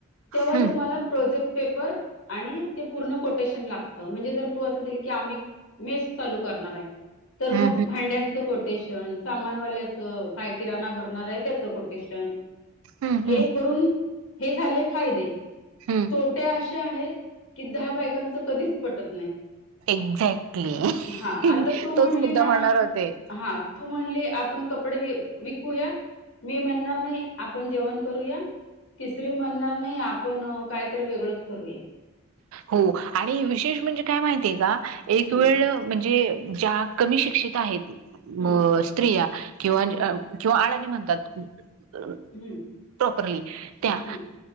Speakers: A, on the left; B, on the right.
A: तेव्हा
B: हम्म,
A: तुम्हाला प्रोजेक्ट पेपर आणि ते पूर्ण कोटेशन लागत म्हणजे जर तू असं दिल की -आम्ही मेस चालू करणार आहे तर
B: हम्म,
A: मग भांड्यांच कोटेशन सामान, वाल्याचं, काय किराणा भरणार आहे त्याच कोटेशन.
B: हम्म, हम्म,
A: हे
B: हम्म,
A: करून हे झाले फायदे
B: हम्म.
A: तोटे अश ते आहेत की दहा बायकांच कधीच पटत नाही
B: एक्झॅक्टली
A: हा आता तू
B: <inaudible>
A: म्हणली
B: तोच मुद्दा
A: ना
B: म्हणणार होते
A: हा तू म्हणले आपण कपडे- विकूया, मी म्हणणार नाही आपण जेवण करूया, तिसरी म्हणणार नाही, आपण कायतर वेगळच करूया.
B: हो, आणि विशेष म्हणजे काय माहितीय का एक
A: हम्म
B: वेळ म्हणजे ज्या कमी शिक्षित आहेत. म
A: हम्म
B: स्त्रिया किंवा <unintelligible>
A: हम्म
B: किंवाळा म्हणतात <unintelligible> <unintelligible>
A: हम्म
B: प्रॉपरली त्या
A: हम्म